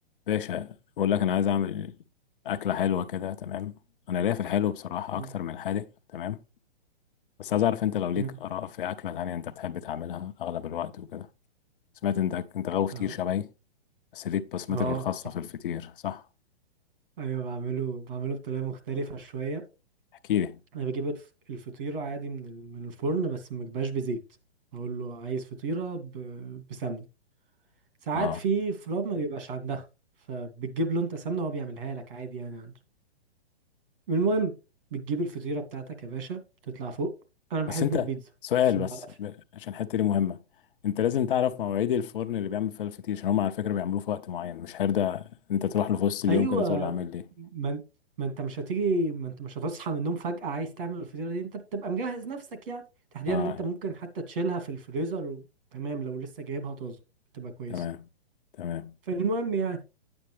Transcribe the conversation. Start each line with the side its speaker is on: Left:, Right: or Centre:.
Left: باشا بقول لك انا عايز اعمل اكله حلوه كده تمام انا ليا في الحلو بصراحه
Right: مم.
Left: اكتر من الحادق تمام بس عايز اعرف انت لو ليك
Right: نعم.
Left: اراء في اكله تانية انت بتحب تعملها اغلب الوقت وكده سمعت انت انت غاوي فطير
Right: اهو
Left: شبهي بس ليك بصمتك
Right: اه
Left: الخاصه في الفطير صح
Right: ايوه بعمله بعمله بطريقه مختلفه شويه
Left: احكي لي
Right: انا بجيب الف- الفطيره عادي من ال- من الفرن بس ما بجيبهاش بزيت اقول له عايز فطيره ب... بسمنه ساعات
Left: اه
Right: في فروم ما بيبقاش عندها فبتجيب له انت سمنه وهو بيعملها لك عادي يعني عنده المهم بتجيب الفطيره بتاعتك يا باشا تطلع فوق انا بحب
Left: بس انت
Right: البيتزا
Left: سؤال
Right: بس ما
Left: بس
Right: بعرفش
Left: ب- عشان الحته دي مهمه انت لازم تعرف مواعيد الفرن اللي بيعمل فيها الفطير عشان هم على فكره بيعملوه في وقت معين مش هرده انت تروح له في وسط اليوم
Right: ايوه
Left: كده تقول له اعمل لي
Right: ما انت ما انت مش هتيجي ما انت مش هتصحى من النوم فجأة عايز تعمل الفطيرة دي انت بتبقى مجهز نفسك يعني تحديدا
Left: اه
Right: ان انت ممكن حتى تشيلها في الفريزر وتمام لو لسه جايبها طازة تبقى كويسة
Left: تمام تمام
Right: فالمهم يعني